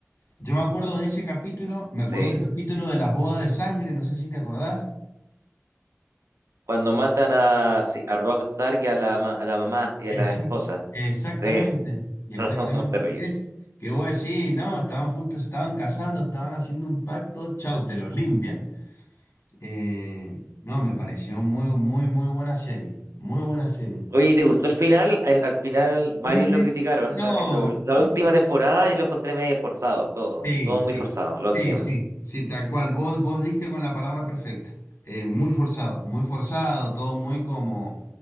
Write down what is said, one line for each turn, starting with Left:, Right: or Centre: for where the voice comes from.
Left: Yo me acuerdo de ese capítulo, me
Right: sí.
Left: acuerdo del capítulo de las bodas de sangre, no sé si te acordás.
Right: Cuando matan a, sí, a Robb Stark y a la, ma- a la mamá y
Left: Esa-
Right: a la esposa.
Left: Exactamente,
Right: Sí.
Left: exactamente.
Right: <laughs> No, terrible.
Left: Es que vos decís, no, estaban justo, se estaban casando, estaban haciendo un pacto, chau, te los limpian. Eh, no, me pareció muy, muy, muy buena serie, muy buena serie.
Right: Oye, ¿te gustó el final? Al, al final varios
Left: Mm,
Right: lo criticaron.
Left: No,
Right: La, en lo- la
Left: mm,
Right: última temporada yo lo encontré medio forzado, todo,
Left: sí,
Right: todo
Left: sí,
Right: muy forzado, la última.
Left: sí, sí, sí, tal cual. Vos, vos diste con la palabra perfecta. Eh, muy forzado, muy forzado, todo muy como,